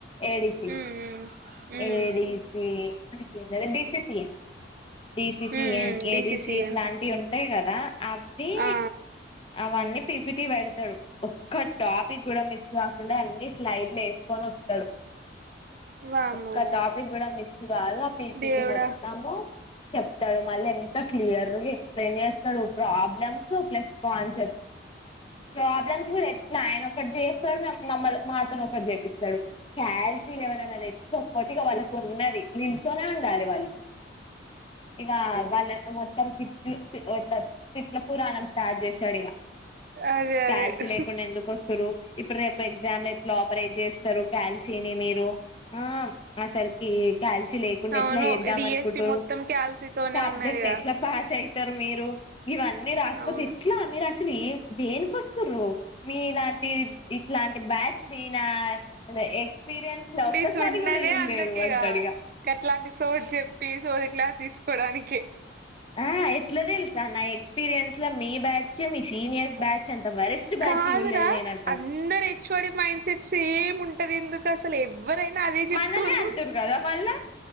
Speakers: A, on the left; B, on the right.
A: A D C
B: um um um
A: A D C A ఇద్దరే బి సి సి డిసిసిన్
B: ఉమ్ ఉమ్ డిసిసిఎన్
A: ఏ డి సి ఇట్లాంటివి ఉంటాయి కదా అవ్వి
B: ఆ
A: అవన్నీ పీపిటీ పెడతడు ఒక్క టాపిక్ కూడా మిస్ కాకుండా అన్ని స్లైడ్లు వేసుకొని వస్తాడు
B: వామ్మో
A: ఒక్క టాపిక్ గూడా మిస్ స్ కాదు ఆ పి పి
B: దేవుడా
A: టి మొత్తము చెప్తాడు మళ్ళీ ఎంత క్లియర్గా ఎక్స్ప్లెయిన్ చేస్తాడు ప్రాబ్లమ్స్ ప్లస్ కాన్సెప్ట్స్ ప్రాబ్లమ్స్ కూడా ఎట్లా ఆయన ఒకటి చేస్తాడు మమ్మ మాతోను ఒకటి చేపిస్తాడు క్యాల్సీలు ఎవరైనా గక్కతిగా వాళ్ళ కొన్నది నిలుసొనే ఉండాలి వాళ్ళు ఇగా వళ్ళను మొత్తం తిట్లు ఇట్లా తిట్ల పురాణం స్టార్ట్ చేస్తడు ఇక
B: అదే అదే
A: కాల్సీ
B: హ
A: లేకుండా ఎందుకు ఇప్పుడు రేపు ఎగ్జామ్ లో ఎట్లా ఆపరేట్ చేస్తరు కల్సీని మీరు ఆ ఆసల్కి కలిసి లేకుండా
B: అవును
A: ఎట్లా చేద్దాం
B: డిఎస్పి
A: అనుకుంటుర్రు
B: మొత్తం క్యాల్సీతోనే
A: సబ్జెక్ట్
B: ఉన్నదిగా
A: ఎట్లా పాస్ అయి ఇస్తరు మీరు ఇవన్నీ రాకపోతే
B: అవును
A: ఎట్లా నీకసలు అసలు ఏంది దేనికోసం మీలాంటి ఇట్లాంటి బ్యాచ్ సీ నా ఎక్స్పీరియన్స్ లో ఒక్కసారి
B: చున్నదే
A: కూడా చూడలేదు
B: అందుకు ఇక
A: అంటాడు
B: గట్లాంటి సోది చెప్పి సోది క్లాసి తీసుకోవడానికి
A: ఆ ఎట్లదేల్సు నా ఎక్స్పీరియన్స్ ల మీ బ్యాచ్ మీ సీనియర్స్ బ్యాచ్ అంత వరెస్ట్ బ్యాచ్
B: కాదురా
A: చూడలేదు నేను అంటాడు
B: అందరు H O D mind set same ఉంట ఉంటది ఎందుకు అసలు ఎప్ ఎవరైనా అదే చెప్తుర్రు
A: మనలే అంటురు కదా మళ్ళా